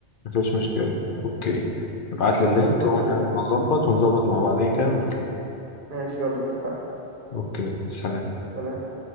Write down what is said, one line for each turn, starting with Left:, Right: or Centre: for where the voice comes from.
Left: مفيش مشكله اوكي ابعت
Right: خلاص
Left: لي اللينك
Right: ظبط
Left: وانا
Right: وقول لي.
Left: هظبط ونظبط مع بعضين كده ونطلع
Right: ماشي يلا اتفقنا
Left: اوكي سلام
Right: سلام.